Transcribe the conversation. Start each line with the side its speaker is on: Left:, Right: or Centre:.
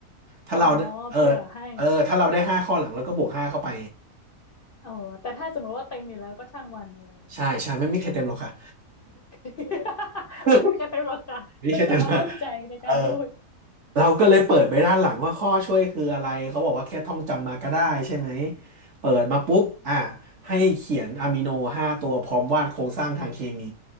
Right: ถ้าเราเออ
Left: อ๋อเผื่อให้
Right: เออถ้าเราได้ห้าข้อหลังแล้วก็บวกห้าเข้าไป
Left: อ๋อแต่ถ้าสมมติว่าเต็มอยู่แล้วก็ช่างมันอะไรอย่างงี้
Right: ใช่ใช่ไม่มีใครเต็มหรอกค่ะ
Left: <laughs>
Right: <laughs>
Left: ไม่มีใครเต็มหรอกค่ะเป็นความมั่นใจในการพูด
Right: ไม่มีใครเต็มหรอกเออ เราก็เลยเปิดไปด้านหลังว่าข้อช่วยคืออะไรเขาบอกว่าแค่ท่องจำมาก็ได้ใช่ไหมเปิดมาปุ๊บอ่ะให้เขียนอะมิโนห้าตัวพร้อมวาดโครงสร้างทางเคมี